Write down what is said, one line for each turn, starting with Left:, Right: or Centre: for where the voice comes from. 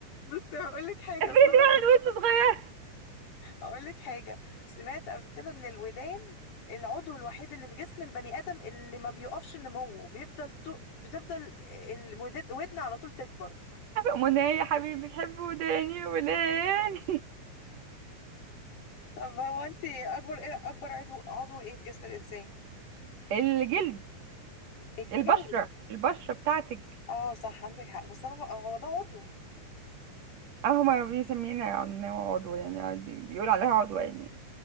Left: بقول لك حاجه
Right: افرض
Left: اصلا
Right: واحد ودنه صغيرة
Left: هقول لك حاجة سمعت قبل كده ان الودان العضو الوحيد اللي في جسم البني آدم اللي ما بيقفش نموه بيفضل تو... بتفضل الودن ودن على طول تكبر
Right: منى يا حبيبي بتحب وداني ولاني
Left: طب هو انت اكبر ايه اكبر عضو عضو ايه في جسم الانسان
Right: <laughs> الجلد
Left: الجلد
Right: البشرة البشرة بتاعتك
Left: اه صح عندك حق بس انا ما- هو ده عضو
Right: اهو ما بيسمينا عنها عضو يعني عادي بيقول عليها عضو يعني